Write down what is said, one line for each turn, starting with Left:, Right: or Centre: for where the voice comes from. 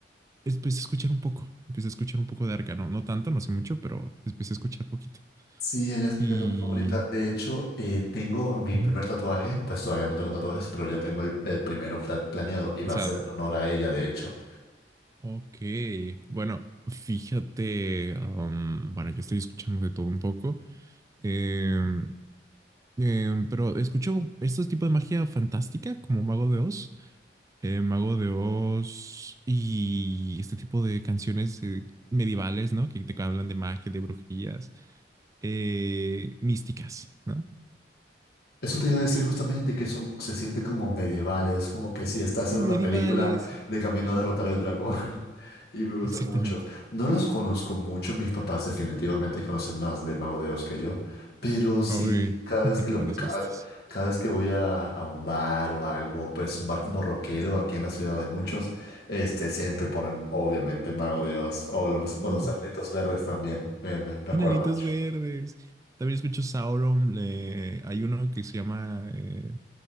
Right: empecé a escuchar un poco, empecé a escuchar un poco de Arca, no, no tanto, no sé mucho, pero empecé a escuchar poquito.
Left: Sí, ella es mi
Right: Y
Left: cantante favorita. De hecho, eh, tengo mi
Right: ujú,
Left: primer tatuaje, pues todavía no tengo tatuajes, pero ya tengo el, el primero pla- planeado y
Right: pensado,
Left: va a ser en honor a ella, de hecho.
Right: ok, bueno, fíjate, um, bueno, yo estoy escuchando de todo un poco, em, em, pero escucho estos tipos de magia fantástica como Mago de Oz, eh, Mago de Oz y este tipo de canciones eh, medievales, ¿no? Que te hablan de magia, de brujerías, eh, místicas, ¿no?
Left: Eso te iba a decir justamente que son, se sienten como medievales, como que si estás en una
Right: Medievales,
Left: película de camino a derrotar al dragón. <laughs> Y me gustan
Right: Exactamente.
Left: mucho. No los conozco mucho, mis papás definitivamente conocen más de Mago de Oz que yo, pero sí,
Right: Uy,
Left: cada vez
Right: <laughs>
Left: que,
Right: buenos
Left: lo, ca-
Right: gustos.
Left: cada, vez que voy a, a un bar o algo, pues un bar como rockero, aquí en la ciudad hay muchos, este, siempre ponen obviamente Mago de Oz o los,
Right: Mm.
Left: o los Enanitos Verdes también, me, me, me
Right: Enanitos
Left: acuerda mucho.
Right: verdes. También escucho Sauron. le- hay uno que se llama eh,